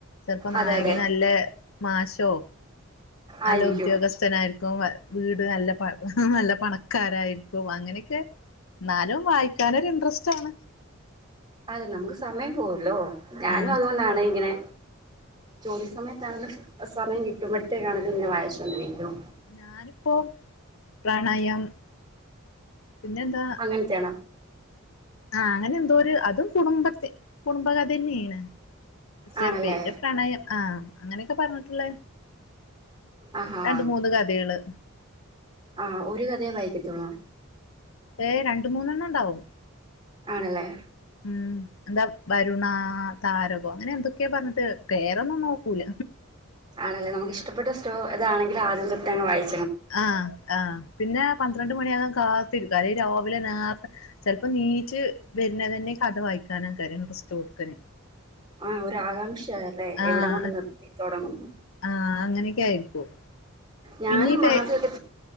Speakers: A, on the left; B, on the right.
A: ചെറപ്പോ നായകന്
B: അതെ അതെ
A: നല്ല മാഷോ നല്ല
B: ആയിരിക്കും
A: ഉദ്യോഗസ്ഥനായിരിക്കും വീട് നല്ല നല്ല പണക്കാരായിരിക്കും അങ്ങനെ എന്നാലും വായിക്കാനൊരു ഇൻട്രസ്റ്റ് ആണ്
B: അതെ നമുക്ക് സമയം പോവല്ലോ ഞാനും
A: ആഹ്
B: അതുകൊണ്ടാണ് ഇങ്ങനെ ജോലി സമയത്താണെങ്കും സമയം കിട്ടുമ്പോഴത്തേക്കാണെങ്കിലും ഇങ്ങനെ വായിച്ചോണ്ടിരിക്കും
A: ഞാനിപ്പോൾ പ്രണയം പിന്നെ എന്താ
B: അങ്ങനത്തെയാണോ
A: ആഹ അങ്ങനെ എന്തോ ഒരു അതും കുടുംബത്തി കുടുംബകഥ തന്നെയാണ് പക്ഷെ
B: ആണല്ലേ
A: പേര് പ്രണയം ആഹ് അങ്ങനെയൊക്കെ പറഞ്ഞിട്ടുള്ള
B: ആഹാ
A: രണ്ട് മൂന്ന് കഥകള്
B: ആ ഒരു കഥയെ വായിക്കത്തോളാ
A: ഏയ് രണ്ട് മൂന്നെണ്ണം ഉണ്ടാവും
B: ആണല്ലേ
A: ഉം എന്താ കരുണ താരകോ അങ്ങനെ എന്തൊക്കെയാ പറഞ്ഞിട്ട് പേരൊന്നും നോക്കൂല
B: ആണല്ലേ നമുക്ക് ഇഷ്ടപ്പെട്ട സ്റ്റോ അതാണെങ്കില ആദ്യം തൊട്ട് അങ്ങ് വായിക്കു
A: ആ ആ പിന്നെ പന്ത്രണ്ട് മണിയാകാൻ കാത്തിരിക്കും അല്ലെ രാവിലെ നേരത്തെ ചെലപ്പോ നീച്ച് വരുന്ന തന്നെ കഥ വായിക്കും ി <unintelligible> ക്കാന കര സ്റ്റ് കൊടുക്കനെ
B: ആഹ് ഒരു ആകാംക്ഷയല്ലേ
A: ആഹ്
B: എവിടം കൊണ്ട് നിർത്തി തുടങ്ങും
A: ആഹ് അങ്ങനെയൊക്കെ ആയിരിക്കും
B: ഞാനും
A: പിന്നെ ഈ പേ
B: ആദ്യമെക്കെ